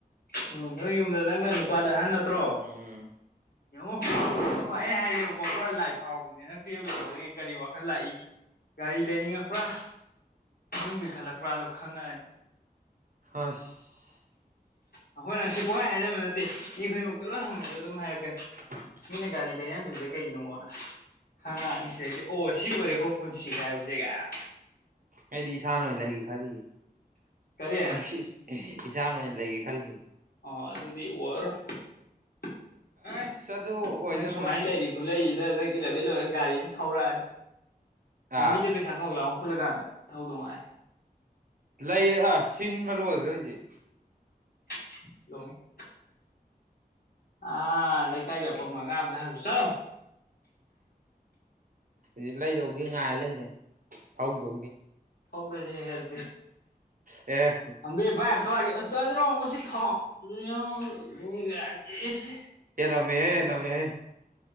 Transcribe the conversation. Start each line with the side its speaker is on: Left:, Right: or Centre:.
Left: <unintelligible> ꯅꯣꯏ ꯌꯨꯝꯗꯣ ꯅꯪꯅ ꯅꯨꯄꯥꯗ ꯑꯍꯟ ꯅꯠꯇ꯭ꯔꯣ
Right: ꯎꯝ
Left: ꯌꯦꯡꯉꯣ ꯑꯩꯈꯣꯏ ꯑꯩꯅ ꯍꯥꯏꯔꯦꯕꯀꯣ <unintelligible> ꯂꯥꯏ ꯐꯥꯎꯕꯅꯦꯅ ꯇꯨꯋꯦꯜꯞ ꯂꯣꯏꯔꯛꯄꯗꯒꯤ ꯀꯔꯤ ꯋꯥꯈꯜ ꯂꯥꯛꯏ ꯒꯥꯔꯤ ꯂꯩꯅꯤꯡꯉꯛꯄ꯭ꯔꯥ ꯌꯨꯝꯒꯤ ꯈꯜꯂꯛꯄ꯭ꯔꯥꯗꯣ ꯈꯪꯉꯛꯑꯅꯤ
Right: ꯍꯁ <unintelligible>
Left: ꯑꯩꯈꯣꯏꯅ ꯁꯤ ꯄꯨꯡꯍꯥꯏ ꯍꯥꯏꯖꯟꯕ ꯅꯠꯇꯦ ꯃꯤ ꯈꯨꯗꯤꯡꯃꯛꯇ ꯂꯣꯏ ꯍꯪꯉꯁꯨ ꯑꯗꯨꯝ ꯍꯥꯏꯔꯛꯀꯅꯤ ꯃꯤꯅ ꯒꯥꯔꯤ ꯂꯩꯅꯗ꯭ꯔꯤꯁꯦ ꯀꯩꯒꯤꯅꯣꯅ ꯈꯪꯉꯛꯑꯅꯤ ꯁꯤꯗꯩꯗꯤ ꯑꯣ ꯁꯤ ꯑꯣꯏꯔꯦꯀꯣ ꯄꯨꯟꯁꯤ ꯍꯥꯏꯕꯖꯦ ꯒꯥꯏ
Right: ꯑꯩꯗꯤ ꯏꯁꯥꯅ ꯑꯣꯏꯅ ꯂꯩꯒꯦ ꯈꯜꯂꯤꯌꯦ
Left: ꯀꯔꯤ
Right: ꯏꯁ ꯏꯁ ꯏꯁꯥꯅ ꯑꯣꯏꯅ ꯂꯩꯒꯦ ꯀꯜꯂꯤꯌꯦ
Left: ꯑꯣ ꯑꯗꯨꯗꯤ ꯑꯣꯏꯔꯔꯣꯏ ꯑꯁ
Right: ꯑꯗꯨ ꯑꯣꯏꯅꯕ
Left: ꯅꯪ ꯁꯨꯃꯥꯏꯅ
Right: ꯑꯩ
Left: ꯂꯩꯔꯤ ꯈꯨꯠꯂꯩꯖꯤꯗ ꯅꯪ ꯏꯂꯚꯦꯟ ꯂꯣꯏꯔ ꯒꯥꯔꯤ ꯑꯃ ꯊꯧꯔꯛꯑ ꯂꯝꯕꯤꯗ
Right: ꯑꯁ
Left: ꯄꯩꯁꯥ ꯈꯥꯎꯖꯥꯎ ꯑꯃ ꯈꯨꯜꯂꯀꯥꯟꯗ ꯊꯧꯗꯣꯡꯉꯥꯏ
Right: ꯂꯩꯔꯦ ꯑꯥ ꯁꯤꯟꯕ ꯂꯣꯏꯒ꯭ꯔꯦ ꯍꯧꯖꯤꯛ
Left: <unintelligible> ꯑꯥ ꯂꯩꯀꯥꯏꯒꯤ ꯑꯄꯪꯕ ꯑꯉꯥꯡ ꯑꯃꯗ ꯍꯥꯏꯔꯨ ꯆꯠꯂꯣ
Right: ꯍꯨꯖꯤꯛ ꯂꯩꯗꯧꯒꯤ ꯉꯥꯏ ꯂꯩꯔꯦ ꯊꯧꯗꯧꯒꯤ
Left: ꯊꯧꯔꯖꯦ ꯍꯦ ꯑꯗꯨꯗꯤ
Right: ꯑꯦ
Left: ꯑꯝꯕꯤ ꯚꯥꯏꯠ ꯑꯝꯇ ꯋꯥꯏꯒꯦ ꯑꯁ ꯗꯥ ꯖꯤꯅꯥꯎ ꯉꯁꯤ ꯊꯥꯎ <unintelligible>
Right: ꯍꯦꯜꯂꯝꯃꯦꯍꯦ ꯍꯦꯜꯂꯝꯃꯦꯍꯦ